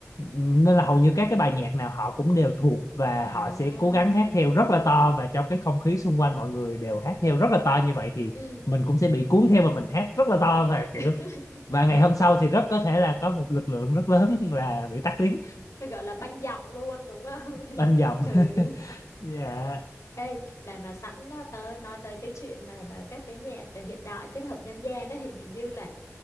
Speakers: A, on the left; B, on the left.
A: nên là hầu như các cái bài nhạc nào họ cũng đều thuộc và
B: À,
A: họ sẽ cố gắng hát theo rất là to và trong cái không khí xung quanh mọi người đều hát theo rất là to như vậy thì
B: ừ,
A: mình cũng sẽ bị cuốn theo và mình hát rất là to và kiểu
B: <laughs>
A: và ngày hôm sau thì rất có thể là có một lực lượng rất lớn <laughs> là bị tắt tiếng
B: cái gọi là banh giọng luôn đúng không?
A: bên
B: <laughs>
A: dòng
B: Ừ.
A: <laughs> dạ
B: Ê, mà mà sẵn á, tớ nói tới cái chuyện mà mà các cái nhạc hiện đại kết hợp dân gian đấy hình hình như là